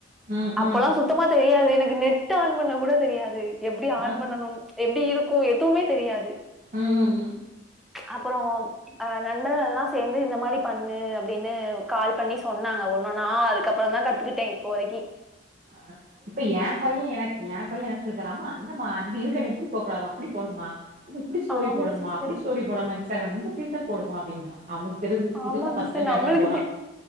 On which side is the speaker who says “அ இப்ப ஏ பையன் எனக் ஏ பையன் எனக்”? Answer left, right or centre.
Right